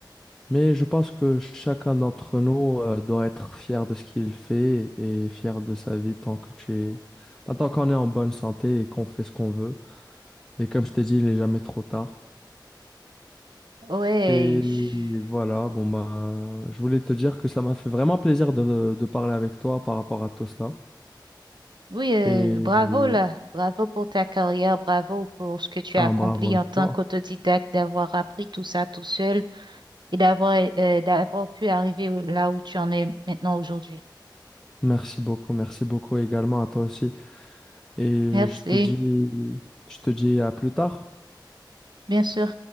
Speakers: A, in the centre; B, on the right.
A: Mais je pense que chacun d'entre nous, euh, doit être fier de ce qu'il fait et fier de sa vie tant que tu es, bah, tant qu'on est en bonne santé et qu'on fait ce qu'on veut. Et comme je t'ai dit, il n'est jamais trop tard.
B: ouais,
A: Et
B: je-
A: voilà, bon bah, je voulais te dire que ça m'a fait vraiment plaisir de, de parler avec toi par rapport à tout cela.
B: oui, euh,
A: Et
B: bravo là, bravo pour ta carrière, bravo pour ce que tu
A: un
B: as accompli
A: bravo à
B: en tant
A: toi.
B: qu'autodidacte, d'avoir appris tout ça tout seul et d'avoir euh, d'avoir pu arriver où- là où tu en es maintenant aujourd'hui.
A: Merci beaucoup, merci beaucoup également à toi aussi. Et
B: Merci,
A: je te dis, je te dis à plus tard.
B: bien sûr.